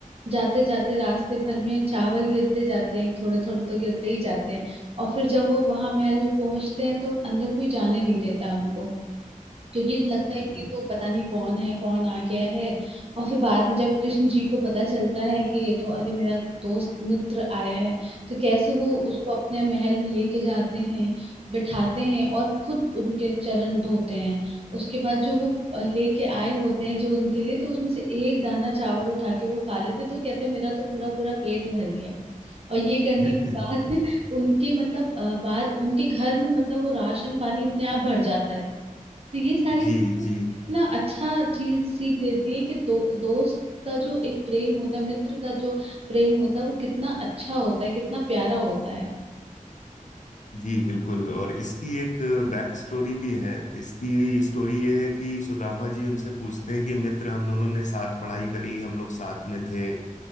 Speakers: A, on the right; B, on the left.
A: जाते जाते रास्ते भर में चावल गिरते जाते हैं थोड़े थोड़े तो गिरते ही जाते हैं और फिर जब वो वहां महल में पहुंचते हैं तो अंदर कोई जाने नहीं देता उनको क्योंकि लगता है
B: जी
A: कि ये तो पता नहीं कौन है कौन आ गया है और फिर बाद में जब कृष्ण जी को पता चलता है कि ये तो अरे मेरा दोस्त मित्र आया है तो कैसे वो उसको अपने महल में लेके जाते हैं बिठाते हैं और खुद उनके चरण धोते हैं उसके बाद जो वो लेके आए होते हैं जो उनके लिए तो उसमें से एक दाना चावल उठा के वो खा लेते तो कहते मेरा तो पूरा पूरा पेट भर गया और ये करने
B: <laughs>
A: के बाद <laughs> उनके मतलब अ, बाद उनके घर में मतलब वो राशन पानी अपने आप भर जाता है तो ये सारी
B: जी
A: चीजें
B: जी
A: इतना अच्छा चीज सीख देती है कि दो, दोस्त का जो एक प्रेम होता है मित्र का जो प्रेम होता है वो कितना अच्छा होता है कितना प्यारा होता है
B: जी बिल्कुल और इसकी एक बैक स्टोरी भी है इसकी स्टोरी ये है कि सुदामा जी उनसे पूछते हैं कि मित्र हम दोनों ने साथ पढ़ाई करी हम लोग साथ में थे